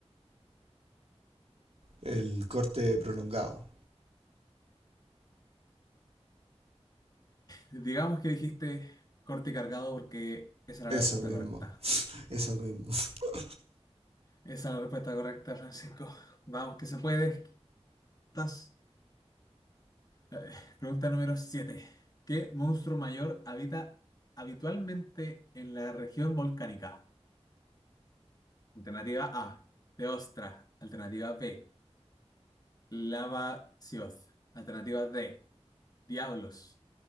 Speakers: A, on the right; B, on the left.
A: El corte prolongado.
B: Digamos que dijiste corte cargado porque esa era
A: Eso
B: la respuesta
A: mismo,
B: correcta.
A: eso mismo. <laughs>
B: Esa es la respuesta correcta, Francisco. Vamos, que se puede. Estás- a ver, Pregunta número siete ¿Qué monstruo mayor habita habitualmente en la región volcánica? Alternativa A, Teostra. Alternativa B, Lava Sioz. Alternativa D, Diablos.